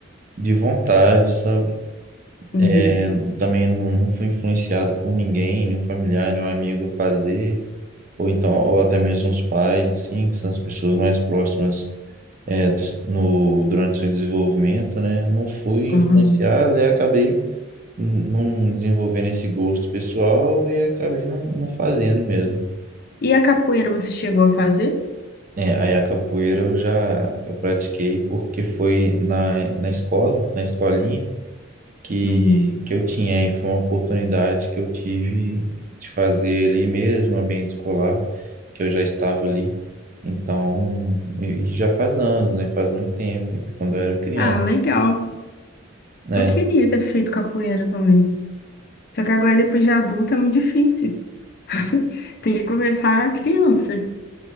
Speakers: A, on the right (about 40°); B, on the left (about 50°).
A: de vontade, sabe?
B: Uhum,
A: É, também não, não fui influenciado por ninguém, nenhum familiar, nenhum amigo a fazer, ou então, ou até mesmo os pais, assim, que são as pessoas mais próximas é, do se- no, durante o seu desenvolvimento, né? Não fui influenciado
B: uhum.
A: e acabei n- não desenvolvendo esse gosto pessoal e acabei não, não fazendo mesmo.
B: E a capoeira você chegou a fazer?
A: É, aí a capoeira eu já eu pratiquei porque foi na, na escola, na escolinha, que,
B: Uhum.
A: que eu tinha. E foi uma oportunidade que eu tive de fazer ali mesmo, no ambiente escolar, que eu já estava ali. Então, e e já faz anos, né? Faz muito tempo, quando eu era criança.
B: Ah, legal.
A: né?
B: Eu queria ter feito capoeira também. Só que agora, depois de adulta, é muito difícil. <laughs> Tem que começar criança.